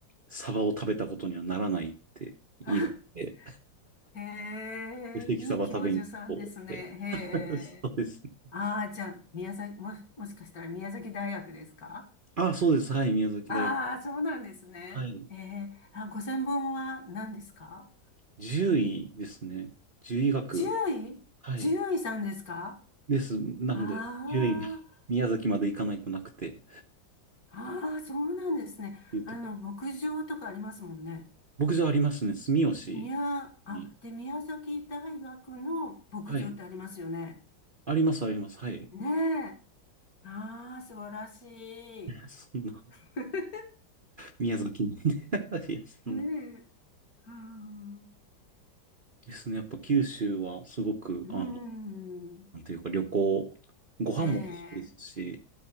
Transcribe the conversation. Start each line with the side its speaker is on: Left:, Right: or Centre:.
Right: サバを食べたことにはならないって言い出して、
Left: <laughs> あ、へえ、
Right: で関サバ食べに行こうって。
Left: いい教授さんですね。へえ。
Right: <laughs> そうですね。
Left: ああ、じゃあ、宮崎、も、もしかしたら宮崎大学ですか
Right: あ、そうです。はい、宮崎大学。
Left: ああー、そうなんですね。
Right: はい。
Left: ええ、あ、ご専門は何ですか
Right: 獣医ですね。獣医学。
Left: 獣医獣医さんですか
Right: はい。です。なんで、
Left: ああ、
Right: 獣医が <laughs> 宮崎まで行かないとなくて
Left: ああ、そうなんですね。
Right: <laughs> いうとこ。
Left: あの、牧場とかありますもんね。
Right: 僕じゃありますね。住吉
Left: 宮、あ、
Right: に。
Left: で、宮崎大学の牧場ってありますよね。
Right: はい。あります、あります。はい。
Left: ねえ。ああ、素晴らし
Right: <laughs>
Left: い。
Right: そんな、
Left: <laughs>
Right: 宮崎なんで <laughs> いや、そんな。
Left: ねえ。ああ
Right: ですね。やっぱ九州はすごく、
Left: うん。
Right: あの、なんていうか旅行、ご飯も美味しいですし、
Left: ええ。